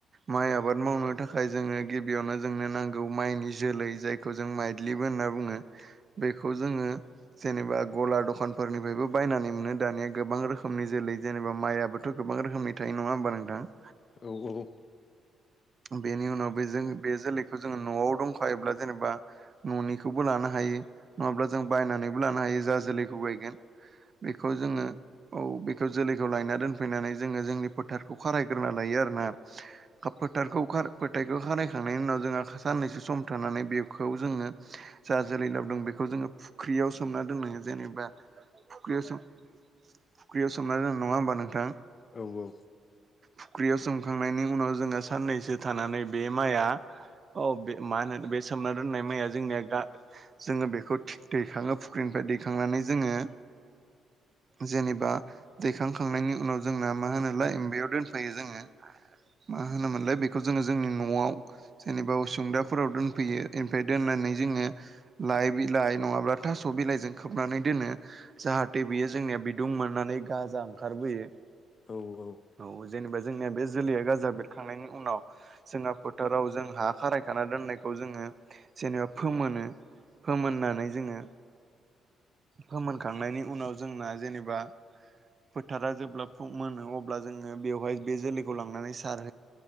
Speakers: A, on the right; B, on the left.
A: माइ आबाद मावनो थाखाय जोङो गिबियावनो जोंनो नांगौ माइनि जोलै जाय खौ जों माइग्लिबो होनना बुङो।
B: <inaudible>
A: बेखौ जोङो जेनेबा गला दखानफोरनिफ्रायबो बायनानै मोनो दानिया गोबां रोखोमनि जोलै जेनेबा माइआबो थ' गोबां रोखोमनि थायो नङा होमबा नोंथां?
B: औ औ औ।
A: बेनि उनाव बेजों बे जोलैखौ जोङो न'आव दंखायोब्ला जेनेबा न'निखौबो लानो हायो। नङाब्ला जों बायनानैबो लानो हायो जा जोलैखौ बायगोन बेखौ जोङो औ बेखौ जोलैखौ लायना दोनफैनानै जोङो जोंनि फोथारखौ खारायग्रोना लायो आरोना। <unintelligible> फोथायखौ खारानायखांनायनि उनाव जोंहा साननैसो सम थानानै बेखौ जोङो जा जोलै लाबदों बेखौ जोङो फुख्रियाव सोमना दोननाङो जेनेबा फुख्रियाव सोम फुख्रियाव सोमना दोनो नङा होमबा नोंथां?
B: औ औ।
A: फुख्रियाव सोमखांनायनि उनाव जोङो साननैसो थानानै बे माइआ औ बे मा होनो बे सोमना दोननाय माइया जोंनिया गा जोङो बेखौ थिख दैखाङो फुख्रिनिफ्राय दैखांनानै जोङो जेनेबा दैखांखांनायनि उनाव जोंना मा होनोलाय बेयाव दोनफायो जोङो। मा होनोमोनलाय बेखौ जोङो जोंनि न'आव जेनेबा उसुंदाफोराव दोनफैयो। ओनफाय दोननानै जोङो लाइ बिलाइ नङाब्ला थास' बिलाइजों खोबनानै दोनो। जाहाथे बियो जोंनिया बिदुं मोननानै गाजा ओंखारबोयो।
B: औ औ।
A: औ जेनेबा जोंनिया बे जोलैया गाजा बेरखांनायनि उनाव जोंहा फोथाराव जों हा खारायखाना दोननायखौ जोङो जेनेबा फोमोनो। फोमोननानै जोङो फोमोनखांनायनि उनाव जोंना जेनेबा‌ फोथारा जेब्ला मोनो अब्ला जोङो बेवहाय बे जोलैखौ लांनानै सार